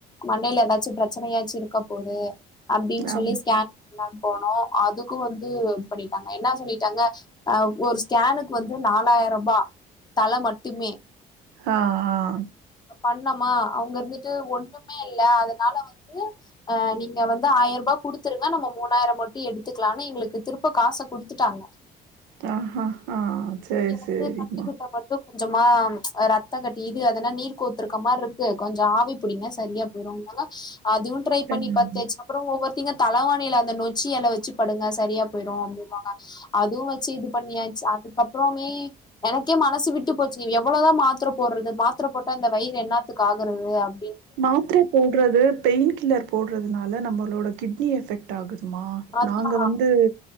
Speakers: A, on the left (about 25°); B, on the right (about 85°).
A: மண்டயில ஏதாச்சும் பிரச்சனையாச்சு இருக்க போது
B: ஆ.
A: சொல்லி ஸ்கேன்லாம் போனோ அதுக்கு வந்து இது பண்ணிட்டாங்க என்ன சொல்லிட்டாங்க அஹ் ஒரு ஸ்கேனுக்கு வந்து நாலாய்ருபா தல மட்டுமே
B: ஆஹ் ஆஹ்
A: பண்ணமா அவங்க இருந்துட்டு ஒண்ணுமே இல்ல அதனால வந்து அஹ் நீங்க வந்து ஆயர்ருபா குடுத்துருங்க நம்ம மூணாயிர மட்டும் எடுத்துக்கலானு எங்களுக்கு திருப்ப காச குடுத்துட்டாங்க
B: ஆஹ் ஹ ஹ செரி
A: எனக்கு
B: செரிம்மா
A: கண்ணுக்கிட்ட மட்டு கொஞ்சமா ம்ச் ரத்த கட்டி இது அதென நீர் கோத்துருக்க மாரி இருக்கு கொஞ்சோ ஆவி புடிங்க சரியா போயிருதாங்க அதுவு ட்ரை பண்ணி
B: அஹ்
A: பாத்தாச்சி அப்றோ ஒவ்வொரு முக்கியமா தலவாணியில அந்த நொச்சி எல வச்சி படுங்க சரியா போயிடு அப்டின்னாங்க அ அதுவு வச்சு இது பண்ணியாச்சி அதுக் அப்றோமே எனக்கே மனசு விட்டு போச்சு நீ எவ்ளோதா மாத்திர போடுறது மாத்திர போட்ட அந்த வயிறு என்னாத்துக்கு ஆகுறது அப்
B: மாத்திர போடுறது பெயின் கில்லர் போடுறதுனால நம்மளோட கிட்னி எஃபெக்ட் ஆகுது மா
A: அதா
B: நாங்க வந்து